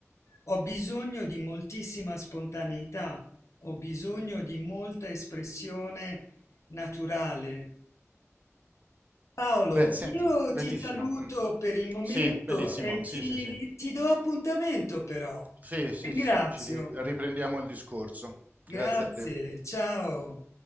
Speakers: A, on the left (about 70°); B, on the right (about 30°).
A: Ho bisogno di moltissima spontaneità, ho bisogno di molta espressione naturale. Paolo,
B: Beh, senti,
A: io
B: bellissimo.
A: ti saluto
B: Mm.
A: per il momento
B: Sì, bellissimo.
A: e
B: Sì,
A: ti,
B: sì, sì.
A: ti do appuntamento però.
B: Sì, sì,
A: Ringrazio.
B: sì, ci ri- riprendiamo il discorso.
A: Grazie,
B: Grazie a te.
A: ciao.